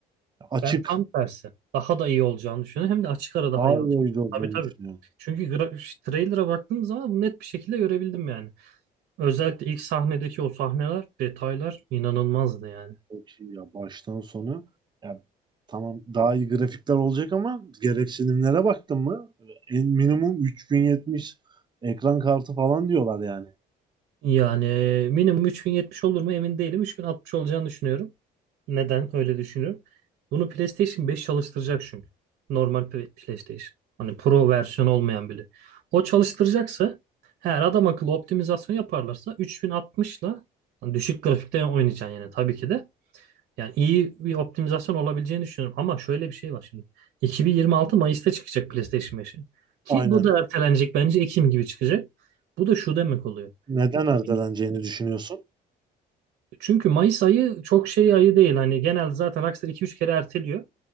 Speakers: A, on the right; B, on the right.
A: Açık,
B: Ben tam tersi. Daha da iyi olacağını düşünüyorum. Hem de açık ara daha
A: daha
B: iyi olacak.
A: iyi oyuncu olacağını
B: Tabii tabii.
A: düşünüyorum.
B: Çünkü gra- ş- trailer'a baktığım zaman bunu net bir şekilde görebildim yani. Özellikle ilk sahnedeki o sahneler, detaylar inanılmazdı yani.
A: Çok iyi ya baştan sona. Ya, tamam daha iyi grafikler olacak ama gereksinimlere baktın mı? En minimum 3070 ekran kartı falan diyorlar yani.
B: Yani minimum 3070 olur mu emin değilim. 3060 olacağını düşünüyorum. Neden öyle düşünüyorum? Bunu PlayStation 5 çalıştıracak çünkü. Normal Play- PlayStation. Hani Pro versiyonu olmayan bile. O çalıştıracaksa eğer adam akıllı optimizasyon yaparlarsa 3060'la hani düşük grafikte oynayacaksın yani tabii ki de. Yani iyi bir optimizasyon olabileceğini düşünüyorum. Ama şöyle bir şey var şimdi. 2026 Mayıs'ta çıkacak PlayStation 5'in. Ki
A: Aynen.
B: bu da ertelenecek bence Ekim gibi çıkacak. Bu da şu demek oluyor.
A: Neden
B: 2000
A: erteleneceğini düşünüyorsun?
B: Çünkü Mayıs ayı çok şey ayı değil. Hani genelde zaten Rockstar iki üç kere erteliyor.